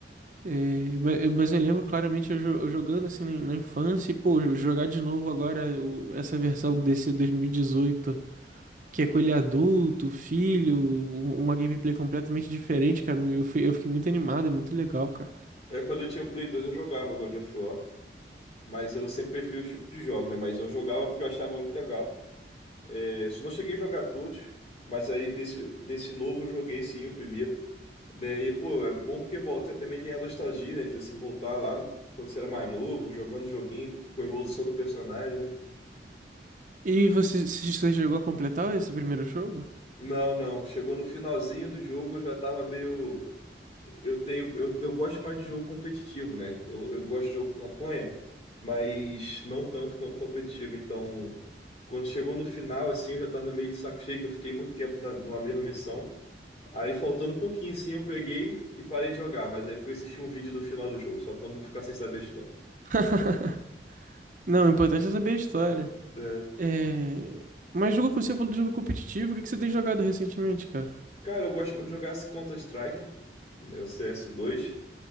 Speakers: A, on the right; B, on the left.
A: é, ma- eu- mas eu lembro claramente eu, jo- eu jogando assim na, na infância e, pô, jogar de novo agora o- essa versão desse 2018 que é com ele adulto, filho, um- uma gameplay completamente diferente, cara. Eu fui- eu fiquei muito animado, é muito legal, cara.
B: É, quando eu tinha o Play 2, eu jogava God of War, mas eu sempre prefiro os tipos de jogos, né? Mas eu jogava porque eu achava muito legal. É, só não cheguei a jogar todos, mas aí desse, desse novo eu joguei sim o primeiro. né? E, pô, é bom porque volta também tem a nostalgia, né? De você voltar lá quando você era mais novo, jogando joguinho, com a evolução do personagem, né?
A: E você, você chegou a completar esse primeiro jogo?
B: Não, não. Chegou no finalzinho do jogo, eu já tava meio. Eu tenho, eu, eu gosto mais de jogo competitivo, né? Eu, eu gosto de jogo campanha, mas não tanto quanto competitivo. Então, quando chegou no final, assim, eu já tava meio de saco cheio, que eu fiquei muito tempo na, numa mesma missão. Aí, faltando um pouquinho, assim, eu peguei e parei de jogar, mas aí fui assistir um vídeo do final do jogo, só pra eu não ficar sem saber a história.
A: <laughs> Não, o importante é saber a história.
B: É,
A: É... Mas jogo que você falou de jogo competitivo, o que que você tem jogado recentemente, cara?
B: cara, eu gosto muito de jogar esse Counter-Strike, né? O CS2